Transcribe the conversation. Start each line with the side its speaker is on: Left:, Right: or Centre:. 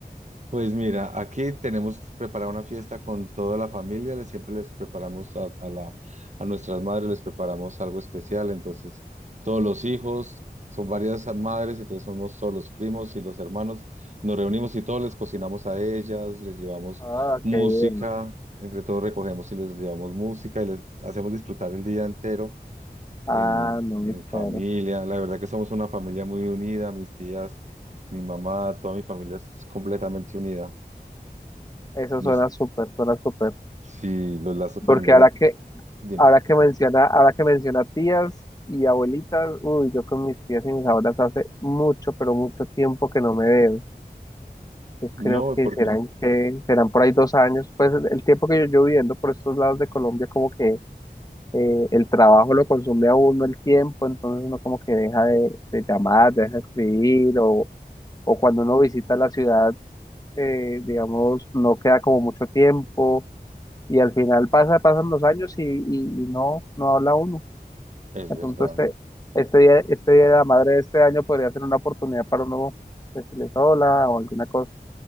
Right: pues mira, aquí tenemos preparada una fiesta con toda la familia, Les siempre les preparamos a, a la, a nuestras madres, les preparamos algo especial, entonces todos los hijos, son varias madres, entonces somos todos los primos y los hermanos, nos reunimos y todos les cocinamos a ellas, les llevamos
Left: Ah,
Right: música,
Left: qué bien.
Right: entre todos recogemos y les llevamos música y les hacemos disfrutar el día entero
Left: Ah,
Right: en,
Left: no,
Right: en
Left: me espera.
Right: familia. La verdad que somos una familia muy unida, mis tías, mi mamá, toda mi familia es completamente unida.
Left: Eso
Right: No
Left: suena súper, suena súper.
Right: si los lazos familiares,
Left: Porque ahora que,
Right: dime.
Left: ahora que menciona, ahora que menciona tías y abuelitas, uy, yo con mis tías y mis abuelas hace mucho, pero mucho tiempo que no me veo. Yo creo
Right: No,
Left: que
Right: porque
Left: serán que, serán por ahí dos años. Pues el el tiempo que yo llevo viviendo por estos lados de Colombia, como que eh, el trabajo lo consume a uno el tiempo, entonces uno como que deja de, de llamar, deja de escribir, o, o cuando uno visita la ciudad, eh, digamos, no queda como mucho tiempo y al final pasa, pasan los años y, y- y no, no habla uno.
Right: es
Left: De
Right: verdad,
Left: pronto este, este día, este día de la madre de este año podría ser una oportunidad para uno decirles hola o alguna cosa,